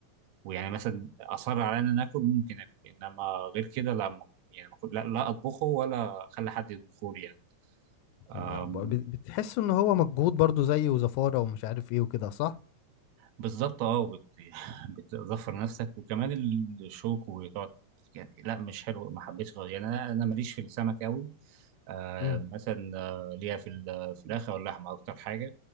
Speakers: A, on the right; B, on the left.
A: ويعني مثلا اصر على ان انا اكل ممكن اكل انما غير كده لا م- يعني ما كنت- لا, لا اطبخه ولا اخلي حد يطبخه لي يعني أم،
B: ما- ب- بتحس ان هو مجهود برضو زي وزفارة ومش عارف ايه وكده صح
A: بالظبط اه بت... <laughs> بتظفر نفسك وكمان الشوك وتقعد يعني لا مش حلو ما حبيتش غير يعني انا انا ماليش في السمك قوي آه
B: امم
A: مثلا آه ليها في الفراخ او اللحمه اكتر حاجه